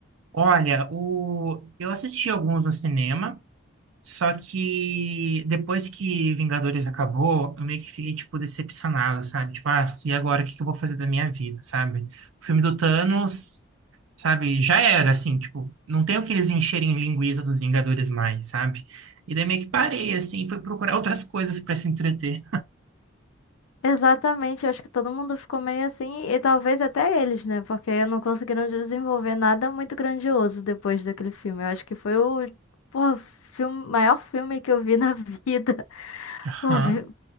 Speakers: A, on the right; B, on the left.
A: Olha, o... eu assisti alguns no cinema, só que depois que Vingadores acabou, eu meio que fiquei, tipo, decepcionado, sabe? Tipo, ah, e agora o que que eu vou fazer da minha vida, sabe? O filme do Thanos, sabe? Já era, assim, tipo, não tem o que eles encherem linguiça dos Vingadores mais, sabe? E daí meio que parei, assim, e fui procurar outras coisas para se entreter.
B: Exatamente, eu acho que todo mundo ficou meio assim, e talvez até eles, né? Porque não conseguiram desenvolver nada muito grandioso depois daquele filme. Eu acho que foi o, porra, filme, maior filme que eu vi na vida. <laughs>
A: Aham,
B: O vi-